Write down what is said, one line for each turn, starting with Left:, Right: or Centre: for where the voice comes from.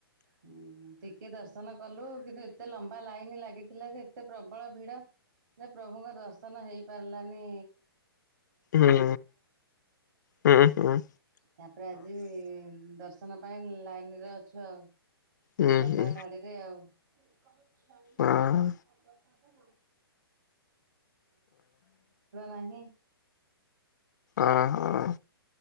Right: ହୁଁ ଟିକେ ଦର୍ଶନ କଲୁ। କିନ୍ତୁ, ଏତେ ଲମ୍ବା ଲାଇନ ଲାଗିଥିଲା ଯେ ଏତେ ପ୍ରବଳ ଭିଡ। ଯେ ପ୍ରଭୁଙ୍କ ଦର୍ଶନ ହେଇ ପାରିଲାନି।
Left: ହୁଁ, ହୁଁ, ହଁ।
Right: ତାପରେ ଆଜି ଦର୍ଶନ ପାଇଁ ଲାଇନ ରେ ଅଛୁ ଆଉ।
Left: ହୁଁ
Right: ଲମ୍ବା
Left: ହୁଁ
Right: ଧାଡି। <unintelligible> <unintelligible>
Left: ଓହୋ
Right: ପାଇଁ ଅବସାଦ ନାହିଁ।
Left: ଓହୋଃ।